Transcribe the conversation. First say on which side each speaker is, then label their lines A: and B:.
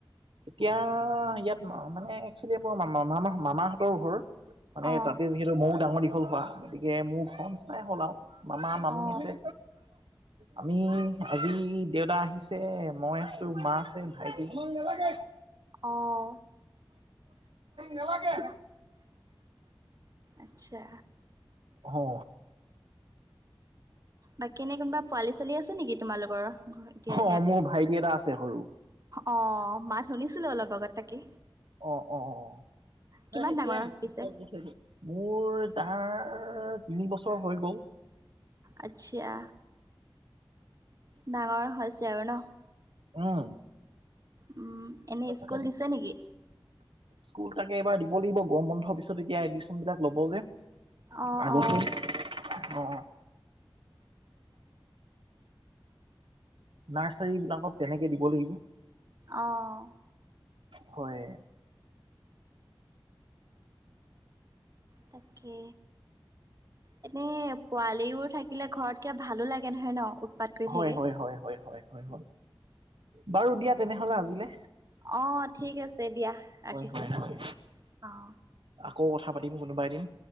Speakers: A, on the right; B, on the right.
A: এতিয়া ইয়াত মানে একচলি মোৰ মা মামা মামাহঁতৰ ঘৰ। মানে
B: অ
A: তাতে যিহেতু ময়ো ডাঙৰ দীঘল হোৱা গতিকে মোৰ ঘ নিচিনাই হ'ল আও। মামা মামী
B: অ
A: আছে। আমি আজি দেউতা আহিছে মই আছো মা আছে ভাইটি আছে
B: অ অ।
A: নেলাগে
B: আচ্ছা।
A: হ।
B: বাকী এনে কোনোবা পোৱালি ছোৱালী আছে নেকি তোমালোকৰ ঘ এতিয়া
A: অ
B: ইয়াত?
A: মোৰ ভাইটি এটা আছে সৰু
B: অ মাত শুনিছিলো অলপ আগত তাকে।
A: অ অ অ। তই
B: কিমান
A: সেইবো
B: ডাঙৰ
A: লৈ আহ নাই
B: পিছে
A: মোৰ তাৰ তিনি বছৰ হৈ গ'ল।
B: আচ্ছা। ডাঙৰ হৈছে আৰু ন?
A: উম্
B: উম এনে স্কুল
A: থ
B: দিছে নেকি
A: স্কুল তাকে এইবাৰ দিম ল' লাগিব গৰম বন্ধৰ পিচত এতিয়া এডমিশন বিলাক ল'ব যে
B: অ
A: আগচোন
B: অ
A: অ নাৰ্চাৰী বিলাকত তেনেকে দিব লাগিব
B: আহ
A: হয়
B: তাকে এনে পোৱালিবোৰ থাকিলে ঘৰত কিবা ভালো লাগে নহয় ন? উৎপাত কৰি
A: হয়
B: থাকে
A: হয় হয় হয় বাৰু দিয়া তেনেহলে আজিলে
B: অ ঠিক আছে দিয়া ৰাখিছোঁ
A: হয় হয় হয়
B: অ
A: আকৌ কথা পাতিম কোনোবা এদিন